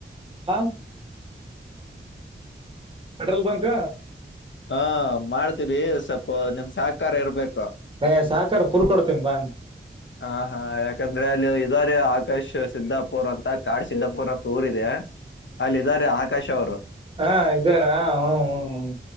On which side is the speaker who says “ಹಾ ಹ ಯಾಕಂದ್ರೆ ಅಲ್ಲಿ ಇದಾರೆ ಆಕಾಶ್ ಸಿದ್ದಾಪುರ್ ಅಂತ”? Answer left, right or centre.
Left